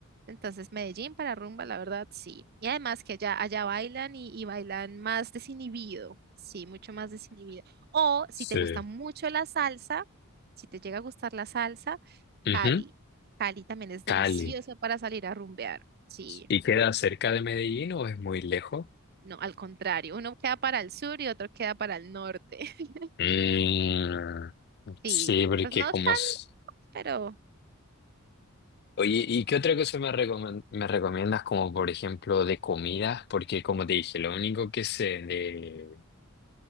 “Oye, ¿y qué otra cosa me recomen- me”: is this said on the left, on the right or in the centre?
Left